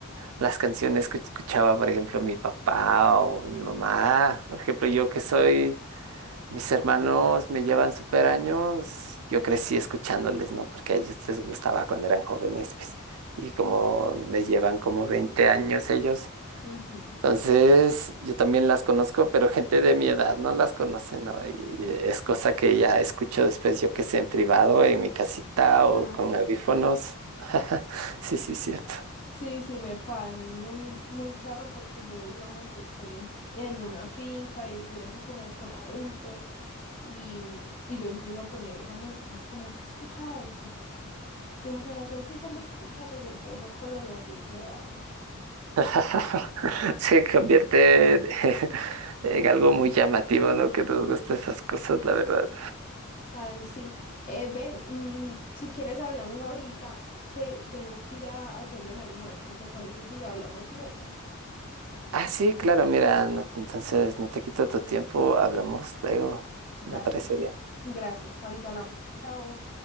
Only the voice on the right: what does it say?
las canciones que escuchaba, por ejemplo, mi papá o mi mamá, por ejemplo, yo que soy mis hermanos me llevan súper años. Yo crecí escuchándoles, ¿no? Porque a ellos les gustaba cuando eran jóvenes, pues. Y como me llevan como 20 años ellos.
Entonces, yo también las conozco, pero gente de mi edad no las conoce, ¿no? Y es cosa que ya escucho después, yo que sé, en privado, en mi casita o
con
audífonos. <laughs> Sí, sí, cierto.
<laughs> Se convierte en <laughs> en algo muy llamativo, ¿no? Que nos gustan esas cosas, la verdad.
Ah, sí, claro, mira, no te- entonces no te quito tu tiempo, hablamos luego,
me parecería.